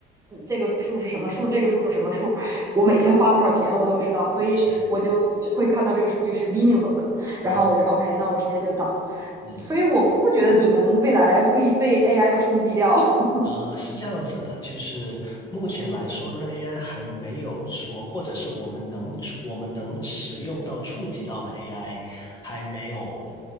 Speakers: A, on the right; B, on the left.
A: 嗯这个数是什么数，这个数是什么数，我每天花多少钱我都知道，所以我就会看到这个数据是
B: 是
A: meaningful 的，
B: 啊，
A: 然后我就 OK，那我直接就导，
B: 嗯。
A: 所以我不觉得你们未来会被 AI 冲击掉，<laughs>
B: 呃，是这样子的，就是目前来说呢，AI 还没有说，或者是我们能触我们能使用到、触及到的 AI，还没有